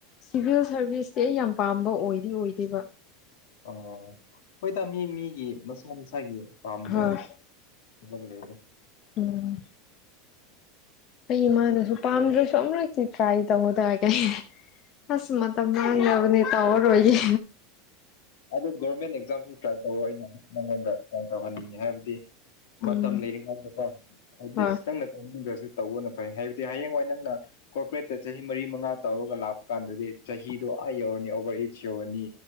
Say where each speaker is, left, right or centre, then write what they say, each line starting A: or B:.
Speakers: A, on the left (about 35°); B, on the left (about 75°).
A: ꯁꯤꯚꯤꯜ ꯁꯥꯔꯚꯤꯁꯇꯤ ꯑꯩ ꯌꯥꯝ ꯄꯥꯝꯕ ꯑꯣꯏꯗꯤ ꯑꯣꯏꯗꯦꯕ
B: ꯑꯣ ꯍꯣꯏꯗ ꯃꯤ ꯃꯤꯒꯤ ꯃꯁꯥ ꯃꯁꯥꯒꯤ ꯄꯥꯝꯕ
A: ꯍꯣꯏ
B: ꯑꯗꯨꯝ ꯂꯩꯔꯦ
A: ꯎꯝ ꯑꯩ ꯏꯃꯥꯅꯁꯨ ꯄꯥꯝꯗ꯭ꯔꯁꯨ ꯑꯃꯨꯔꯛꯇꯤ ꯇ꯭ꯔꯥꯏ ꯇꯧꯋꯣꯗ ꯀꯥꯏ ꯑꯁ ꯃꯇꯝ ꯃꯥꯡꯅꯕꯅꯦ ꯇꯧꯔꯔꯣꯏꯒꯦ
B: ꯑꯗꯣ ꯒꯣꯔꯃꯦꯟ ꯑꯦꯛꯖꯥꯝꯁꯨ ꯇ꯭ꯔꯥꯏ ꯇꯧ ꯑꯩꯅ ꯅꯪꯉꯣꯟꯗ ꯇꯥꯏ ꯇꯧꯍꯟꯅꯤꯡꯉꯦ ꯍꯥꯏꯕꯗꯤ
A: ꯎꯝ
B: ꯃꯇꯝ ꯂꯩꯔꯤꯉꯩꯗꯀꯣ ꯑꯦꯠꯂꯤꯁ
A: ꯍꯣꯏ
B: ꯅꯪꯅ ꯇꯧꯅꯤꯡꯗ꯭ꯔꯁꯨ ꯇꯧꯕꯅ ꯐꯩ ꯍꯥꯏꯕꯗꯤ ꯍꯌꯦꯡꯋꯥꯏ ꯅꯪꯅ ꯀꯣꯔꯄ꯭ꯔꯦꯠꯇ ꯆꯍꯤ ꯃꯔꯤ ꯃꯉꯥ ꯇꯧꯔꯒ ꯂꯥꯛ ꯀꯥꯟꯗꯗꯤ ꯆꯍꯤꯗꯣ ꯑ ꯌꯧꯔꯅꯤ ꯑꯣꯚꯔ ꯑꯦꯖ ꯌꯧꯔꯅꯤ